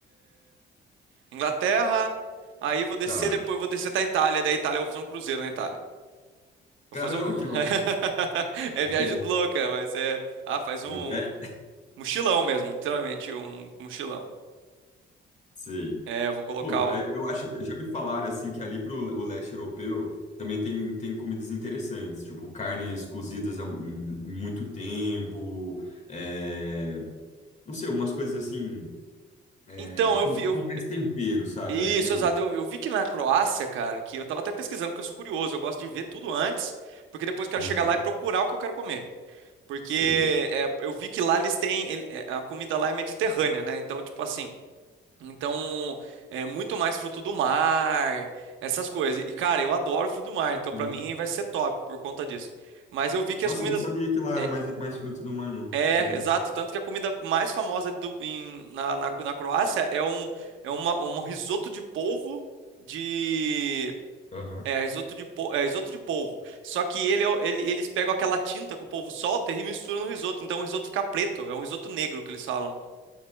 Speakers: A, on the right; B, on the left.
A: Inglaterra, aí vou descer
B: Tá.
A: depois, vou descer até a Itália, da Itália eu vou fazer um cruzeiro na Itália. Vou
B: Caramba,
A: fazer um. <laughs>
B: que massa.
A: É
B: Muito
A: viagem
B: bom.
A: louca, mas é. Ah, faz um
B: Muito... É,
A: mochilão mesmo, literalmente um mochilão.
B: sei.
A: É, eu vou colocar.
B: Pô, é,
A: o-
B: eu acho que já me falaram assim que ali pro o leste europeu também tem, tem comidas interessantes, tipo carnes cozidas há mu- muito tempo, é, não sei, umas coisas assim, é,
A: Então,
B: com,
A: eu vi. eu-
B: com mais tempero, sabe?
A: Isso,
B: Eu acho que é
A: exato.
B: isso.
A: Eu, eu vi que na Croácia, cara, que eu tava até pesquisando, porque eu sou curioso, eu gosto de ver tudo antes, porque depois eu quero
B: Uhum,
A: chegar lá e procurar o que eu quero comer. Porque
B: sei.
A: é, eu vi que lá eles têm. ele- é, A comida lá é mediterrânea, né? Então, tipo assim. Então, é muito mais fruto do mar, essas coisas. E, cara, eu adoro fruto do mar, então
B: Uhum.
A: pra mim vai ser top por conta disso. Mas eu vi que
B: Nossa,
A: as comidas.
B: eu não sabia que lá
A: É,
B: era mais, mais fruto do mar, não. Não
A: é,
B: Sabia
A: exato.
B: não.
A: Tanto que a comida mais famosa do- em- na, na, na Croácia é um, é uma, um risoto de polvo de.
B: Aham.
A: É, risoto de, po- é, risoto de polvo. Só que ele, é o- ele- eles pegam aquela tinta que o polvo solta e misturam no risoto. Então o risoto fica preto. É um risoto negro que eles falam.